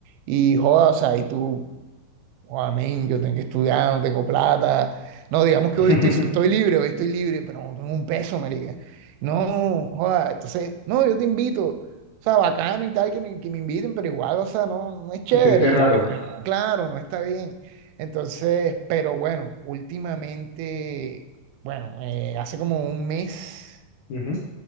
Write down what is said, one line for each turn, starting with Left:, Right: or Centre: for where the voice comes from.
Right: y joda, o sea, y tú Oh, amén, yo tengo que estudiar, no tengo plata. No, digamos que
Left: <laughs>
Right: hoy estoy, estoy libre, hoy estoy libre, pero no tengo un peso, marica. No, joda, entonces, no, yo te invito. O sea, bacano y tal, que me, que me inviten, pero igual, o sea, no, no es chévere
Left: Se siente raro.
Right: Sí, te te- ya. Claro, no está bien. Entonces, pero bueno, últimamente, bueno, eh, hace como un mes,
Left: Ujú.